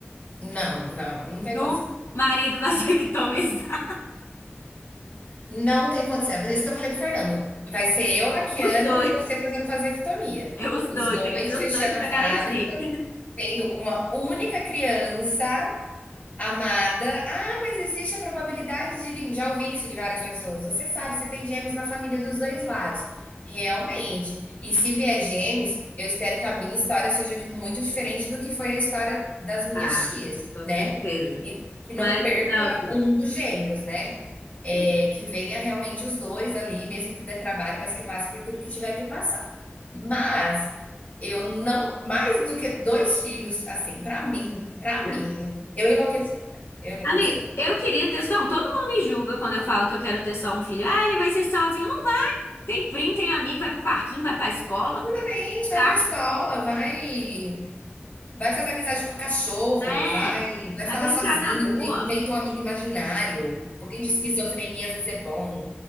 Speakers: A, on the left (about 40°); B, on the left (about 75°).
A: não, não, não
B: do
A: tem condição.
B: marido vasectomizado.
A: Não tem condição. É por isso que eu falei pro Fernando. Vai ser eu Laquiano
B: <laughs> Os dois,
A: e você fazendo vasectomia.
B: é os
A: Os
B: dois,
A: dois
B: tem que ser
A: fechando
B: os dois
A: a
B: para
A: fábrica,
B: garantir.
A: tendo uma única criança Amada. Ah, mas existe a probabilidade de vir. Já ouvi isso de várias pessoas. Você sabe, você tem gêmeos na família dos dois lados. Realmente. E se vier gêmeos, eu espero que a minha história seja muito diferente do que foi a história das minhas
B: Ah,
A: tias,
B: com
A: né?
B: certeza.
A: Que, que
B: Mas,
A: não perca
B: nossa.
A: um dos gêmeos, né? É,
B: e-
A: que venha realmente os dois ali, mesmo que dê trabalho, mas que passe por tudo que tiver que passar. Mas eu não, mais do que dois filhos, assim, pra mim, para
B: é.
A: mim, eu enlouqueceria, eu enlouqueceria.
B: Amiga, eu queria ter só um. Todo mundo me julga quando eu falo que eu quero ter só um filho. Ah, ele vai ser sozinho. Não tem primo, tem amigo, vai pro parquinho, vai pra escola,
A: A Gente, vai
B: tá?
A: pra escola, vai vai fazer amizade com o cachorro,
B: É.
A: vai vai
B: Vai
A: falar
B: brincar
A: sozinho,
B: na rua.
A: inven- inventa um amigo imaginário. Um pouquinho de esquizofrenia às vezes é bom